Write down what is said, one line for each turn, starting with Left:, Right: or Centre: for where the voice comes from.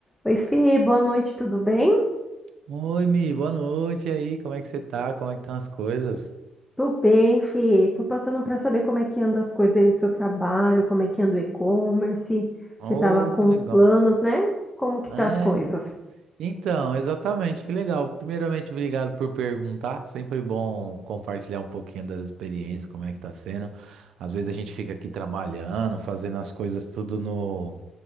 Centre: Oi, Fê, boa noite, tudo bem?
Right: Oi, Mi, boa noite. E aí, como é que você tá? Como é que estão as coisas?
Centre: Tô bem, Fê. Tô passando para saber como é que anda as coisas aí no seu trabalho, como é que anda o e-commerce,
Right: Oh,
Centre: você tava com
Right: que legal.
Centre: os planos, né? Como que tá
Right: É,
Centre: as coisas?
Right: Então, exatamente, que legal. Primeiramente, obrigado por perguntar. Sempre bom compartilhar um pouquinho das experiências, como é que tá sendo. Às vezes a gente fica aqui trabalhando, fazendo as coisas tudo no,